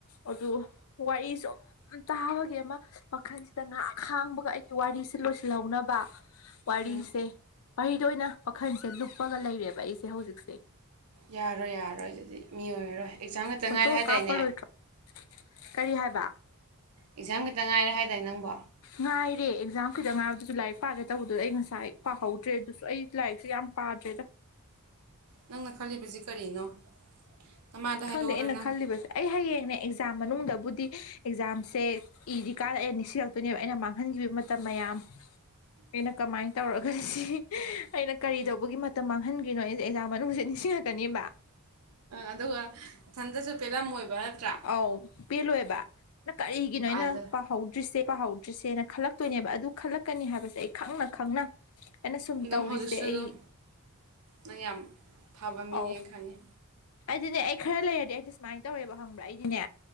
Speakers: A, on the left; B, on the right.
A: ꯑꯗꯨ ꯋꯥꯔꯤꯁꯨ ꯌꯥꯝ ꯇꯥꯕꯒꯤ ꯑꯃ ꯃꯈꯜꯁꯤꯗ ꯉꯍꯥꯛ ꯈꯥꯡꯕꯒ ꯑꯩꯒꯤ ꯋꯥꯔꯤꯁꯤ ꯂꯣꯏꯁꯤꯜꯍꯧꯅꯕ ꯋꯥꯔꯤꯁꯦ
B: ꯎꯝ
A: ꯋꯥꯔꯤꯗ ꯑꯣꯏꯅ ꯋꯥꯈꯜꯁꯦ ꯂꯨꯞꯄꯒ ꯂꯩꯔꯦꯕ ꯑꯩꯁꯦ ꯍꯧꯖꯤꯛꯁꯦ
B: ꯌꯥꯔꯣꯏ ꯌꯥꯔꯣꯏ ꯑꯗꯨꯗꯤ ꯃꯤ ꯑꯣꯏꯔꯔꯣꯏ ꯑꯦꯛꯖꯥꯝ ꯈꯛꯇ
A: ꯐꯣꯇꯣ
B: ꯉꯥꯏꯔꯦ ꯍꯥꯏꯗꯥꯏꯅꯦ
A: ꯀꯥꯞꯄꯔꯣꯏꯗ꯭ꯔꯣ ꯀꯔꯤ ꯍꯥꯏꯕ
B: ꯑꯦꯛꯖꯥꯝ ꯈꯤꯇ ꯉꯥꯏꯔꯦ ꯍꯥꯏꯇꯥꯦ ꯅꯪꯕꯣ
A: ꯉꯥꯏꯔꯦ ꯑꯦꯛꯖꯥꯝ ꯇꯪ ꯉꯥꯏꯕꯗꯨꯁꯨ ꯂꯥꯏꯔꯤꯛ ꯄꯥꯔꯦ ꯇꯧꯕꯗꯨꯗ ꯑꯩ ꯉꯁꯥꯏ ꯄꯥꯍꯧꯗ꯭ꯔꯦ ꯑꯗꯨꯁꯨ ꯑꯩ ꯂꯥꯏꯔꯤꯛꯁꯦ ꯌꯥꯝ ꯄꯥꯖꯗ
B: ꯅꯪꯅ ꯈꯜꯂꯤꯕꯁꯤ ꯀꯔꯤꯅꯣ ꯅꯃꯥꯗ ꯍꯥꯏꯗꯣꯛꯎꯔꯣ
A: ꯈꯪꯗꯦ ꯑꯩꯅ
B: ꯅꯪ
A: ꯈꯜꯂꯤꯕꯁꯦ ꯑꯩ ꯍꯌꯦꯡꯅꯦ ꯑꯦꯛꯖꯥꯝ ꯃꯅꯨꯡꯗꯕꯨꯗꯤ ꯑꯦꯛꯖꯥꯝꯁꯦ ꯏꯗꯤ ꯀꯥꯔꯛꯑꯦ ꯅꯤꯡꯁꯤꯔꯛꯇꯣꯏꯅꯦꯕ ꯑꯩꯅ ꯃꯥꯡꯍꯟꯈꯤꯕ ꯃꯇꯝ ꯃꯌꯥꯝ ꯑꯩꯅ ꯀꯃꯥꯏꯅ ꯇꯧꯔꯒ ꯁꯤ ꯑꯩꯅ ꯀꯔꯤꯗꯧꯕ ꯕꯨꯒꯤ ꯃꯇꯝ ꯃꯥꯡꯍꯟꯈꯔꯤꯅꯣ ꯑꯩꯁꯦꯛꯖꯥ ꯃꯅꯨꯡꯁꯦ ꯅꯤꯡꯁꯤꯡꯉꯛꯀꯅꯦꯕ
B: ꯑꯗꯨꯒ ꯏꯊꯟꯇꯁꯨ ꯄꯦꯜꯂꯝꯃꯣꯏꯕ ꯅꯠꯇ꯭ꯔꯥ
A: ꯑꯧ ꯄꯦꯜꯂꯣꯏꯦꯕ ꯅ ꯀꯔꯤꯒꯤꯅꯣ ꯑꯩꯅ
B: ꯑꯗ
A: ꯄꯥꯍꯧꯗ꯭ꯔꯤꯁꯦ ꯄꯥꯍꯧꯗ꯭ꯔꯤꯁꯦꯅ ꯈꯜꯂꯛꯇꯣꯏꯅꯦꯕ ꯑꯗꯨ ꯈꯜꯂꯛꯀꯅꯤ ꯍꯥꯏꯕꯁꯦ ꯑꯩ ꯈꯪꯅ ꯈꯪꯅ ꯑꯩꯅ ꯁꯨꯝ
B: ꯑꯗꯨꯝ
A: ꯇꯧꯔꯤꯁꯦ
B: ꯍꯧꯖꯤꯛꯁꯨ ꯑꯗꯨꯝ
A: ꯑꯩ
B: ꯅꯪ ꯌꯥꯝ ꯐꯕ ꯃꯤꯅꯦꯅ
A: ꯑꯧ
B: ꯈꯜꯂꯤ
A: ꯑꯩꯗꯤꯅꯦ ꯑꯩ ꯈꯔ ꯂꯩꯔꯗꯤ ꯑꯩꯗꯤ ꯁꯨꯃꯥꯏꯅ ꯇꯧꯔꯦꯕ ꯍꯪꯕ꯭ꯔꯥ ꯑꯩꯗꯤꯅꯦ